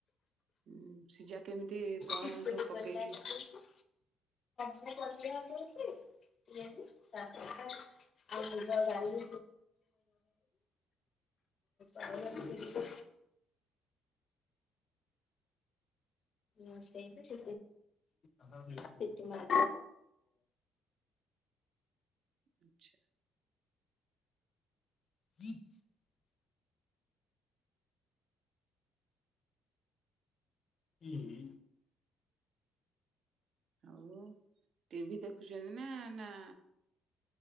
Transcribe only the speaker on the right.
ହୁଁ ସିଯା କେମିତି କଣ
ସବୁ
ପକେଇକି
ଅଛା।
ଆହୁ ଟିଭି ଦେଖୁଛନ୍ତି ନା, ନା